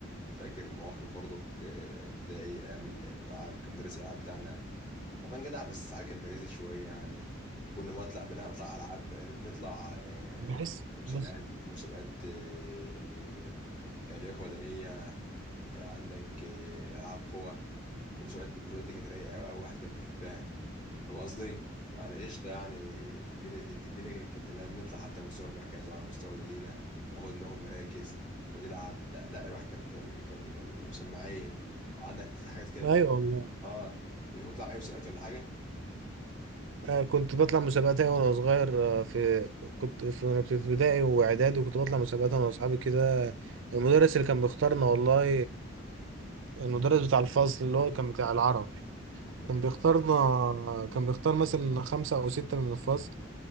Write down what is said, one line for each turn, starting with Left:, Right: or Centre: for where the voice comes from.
Left: فاكر مواقف برضو ك- ابتدائي ايام الالعاب كان مدرس الالعاب بتاعنا هو كان جدع بس ساعات كان بيريز شويه يعني كنا ما نطلع بنا نطلع العاب نطلع آه،
Right: بحس
Left: مسابقات
Right: بص
Left: مسابقات آه، لياقه بدنيه عندك آه، العاب قوه المسابقات دي المسابقات دي كانت رايقه قوي قوي واحد كان بيحبها فاهم قصدي؟ فانا قشطه يعني الدنيا الدنيا كانت تمام نطلع حتى على مستوى المركز وعلى مستوى المدينه ناخد ناخد مراكز ونلعب لا لا الواحد كان كان كان كان مسمعين عندك في حاجات كده
Right: أيوة
Left: في-
Right: والله
Left: اه بتطلع اي مسابقات ولا حاجه؟
Right: آه، كنت بطلع مسابقات أيوة وأنا صغير آه، في كنت في وأنا في ابتدائي وإعدادي وكنت بطلع مسابقات أنا وأصحابي كده المدرس اللي كان بيختارنا والله المدرس بتاع الفصل اللي هو كان بتاع العربي
Left: امم
Right: كان بيختارنا كان بيختار مثلا خمسة أو ستة من الفصل